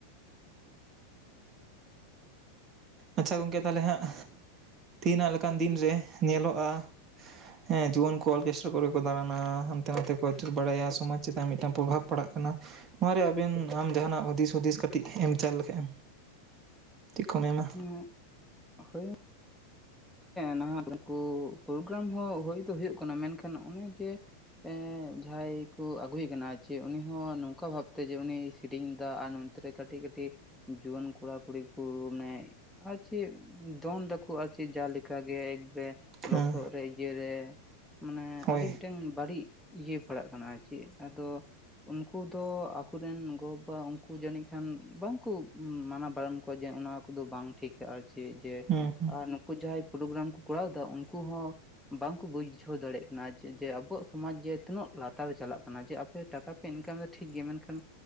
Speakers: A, on the right; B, in the centre.
A: ᱟᱪᱷᱟ ᱜᱚᱝᱠᱮ ᱛᱟᱦᱚᱞᱮ ᱦᱟᱸᱜ ᱛᱤᱦᱤᱱᱟᱜ ᱞᱮᱠᱟᱱ ᱫᱤᱱᱨᱮ ᱧᱮᱞᱚᱜᱼᱟ ᱦᱮᱸ ᱡᱩᱣᱟᱹᱱ ᱠᱚ ᱚᱨᱠᱮᱥᱴᱟᱨ ᱠᱚᱨᱮ ᱠᱚ ᱰᱟᱲᱟᱱᱟ, ᱦᱟᱱᱛᱮ ᱱᱟᱛᱮ ᱠᱚ ᱟᱹᱪᱩᱨ ᱵᱟᱲᱟᱭᱟ, ᱥᱚᱢᱟᱡᱽ ᱪᱮᱛᱟᱱ ᱢᱤᱫᱴᱟᱝ ᱯᱨᱚᱵᱷᱟᱵᱽ ᱯᱟᱲᱟᱜ ᱠᱟᱱᱟ ᱱᱚᱣᱟᱨᱮ ᱟᱵᱮᱱ ᱟᱢ ᱡᱟᱦᱟᱱᱟᱜ ᱦᱩᱫᱤᱥ ᱦᱩᱫᱤᱥ ᱠᱟᱹᱴᱤᱡ ᱮᱢ ᱪᱟᱞ ᱞᱮᱠᱷᱟᱱᱡ ᱮᱢ <unintelligible>
B: <inaudible> ᱦᱳᱭ ᱱᱟᱦᱟᱜ ᱩᱱᱠᱩ ᱯᱨᱳᱜᱨᱟᱢ ᱦᱚᱸ ᱦᱩᱭ ᱫᱚ ᱦᱩᱭᱩᱜ ᱠᱟᱱᱟ ᱢᱮᱱᱠᱷᱟᱱ ᱩᱱᱮ ᱡᱮ ᱮᱸ ᱡᱟᱦᱟᱸᱭ ᱠᱚ ᱟᱹᱜᱩᱭᱮ ᱠᱟᱱᱟ ᱟᱨ ᱪᱮ ᱩᱱᱤᱦᱚᱸ ᱱᱚᱝᱠᱟ ᱵᱷᱟᱵᱛᱮ ᱡᱮ ᱩᱱᱤ ᱥᱤᱨᱤᱧᱡ ᱫᱟ ᱟᱨ ᱱᱚᱝ ᱨᱮ ᱠᱟᱹᱴᱤᱡ ᱠᱟᱹᱴᱤᱡ ᱡᱩᱣᱟᱹᱱ ᱠᱚᱲᱟ ᱠᱩᱲᱤ ᱠᱚ ᱢᱟᱱᱮ ᱟᱨ ᱪᱮᱫ ᱫᱚᱱ ᱫᱟᱠᱩ ᱟᱨ ᱪᱮᱫ ᱡᱟᱸᱦᱟ ᱞᱮᱠᱟ ᱜᱮ ᱡᱮ
A: ᱦᱮᱸ
B: ᱞᱚᱥᱚᱫ ᱨᱮ ᱤᱭᱟᱹ ᱨᱮ ᱢᱟᱱᱮ
A: ᱦᱳᱭ
B: ᱟᱰᱤ ᱢᱤᱫᱴᱟᱝ ᱵᱟᱲᱤᱡ ᱤᱭᱟᱹ ᱯᱟᱲᱟᱜ ᱠᱟᱱᱟ ᱟᱨ ᱪᱤᱱ ᱟᱫᱚ ᱩᱱᱠᱩ ᱫᱚ ᱟᱠᱚᱨᱮᱱ ᱜᱚᱵᱟᱵᱟ ᱩᱱᱠᱩ ᱡᱟᱹᱱᱤᱡ ᱠᱷᱟᱱ ᱵᱟᱝᱠᱚ ᱢᱟᱱᱟ ᱵᱟᱨᱚᱱ ᱠᱚᱣᱟ ᱡᱮ ᱦᱚᱜ-ᱚᱱᱟ ᱠᱚ ᱠᱚᱫᱚ ᱵᱟᱝ ᱴᱷᱤᱠᱟ ᱟᱨ ᱪᱮᱫ ᱡᱮ
A: ᱦᱩᱸ ᱦᱩᱸ
B: ᱟᱨ ᱱᱩᱠᱩ ᱡᱟᱦᱟᱸᱭ ᱯᱨᱳᱜᱨᱟᱢ ᱠᱚ ᱠᱚᱨᱟᱣ ᱰᱟ ᱩᱱᱠᱩ ᱦᱚᱸ ᱵᱟᱝᱠᱚ ᱵᱩᱡᱷᱟᱹᱣ ᱫᱟᱲᱮᱭᱟᱜ ᱠᱟᱱᱟ ᱡᱮ ᱡᱮ ᱟᱵᱚᱣᱟᱜ ᱥᱚᱢᱟᱡ ᱡᱮ ᱛᱤᱱᱟᱹᱜ ᱞᱟᱛᱟᱨ ᱪᱟᱞᱟᱜ ᱠᱟᱱᱟ, ᱡᱮ ᱟᱯᱮ ᱴᱟᱠᱟ ᱯᱮ ᱤᱱᱠᱟᱢ ᱫᱟ ᱴᱷᱤᱠ ᱜᱮᱭᱟ ᱢᱮᱱᱠᱷᱟᱱ